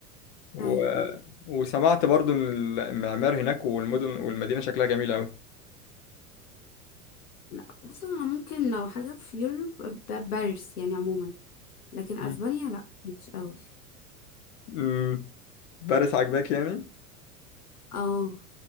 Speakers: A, on the left; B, on the left.
A: نو
B: أيوه أيوه
A: وسمعت برضو ان المعمار هناك والمدن والمدينه شكلها جميل قوي
B: لا بص أنا ممكن لو حاجة في يوروب ب- باريس يعني عموما لكن أسبانيا
A: مم.
B: لا مش أوي
A: مم. باريس عجباك يعني
B: اه